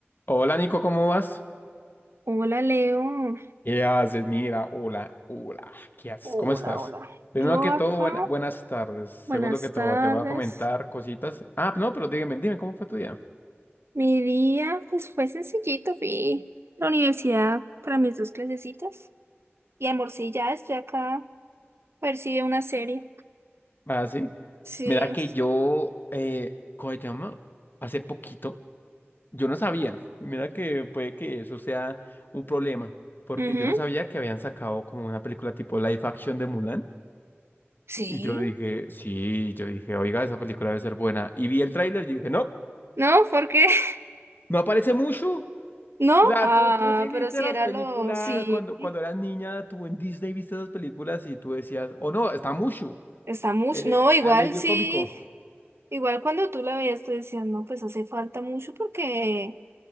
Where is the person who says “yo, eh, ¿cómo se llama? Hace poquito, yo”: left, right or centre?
Left